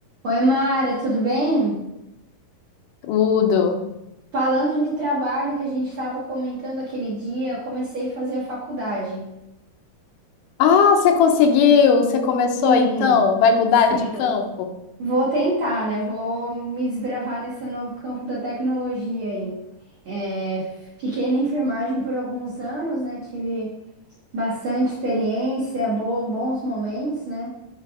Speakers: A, on the right; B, on the left.
A: Oi, Mara, tudo bem?
B: Tudo.
A: Falando de trabalho que a gente estava comentando aquele dia, eu comecei a fazer a faculdade.
B: Ah, você conseguiu, você começou
A: Sim,
B: então, vai mudar
A: sim.
B: de campo?
A: Vou tentar, né? Vou me desbravar nesse novo campo da tecnologia aí. É, fiquei na enfermagem por alguns anos, né? Tive bastante experiência, bo- bons momentos, né?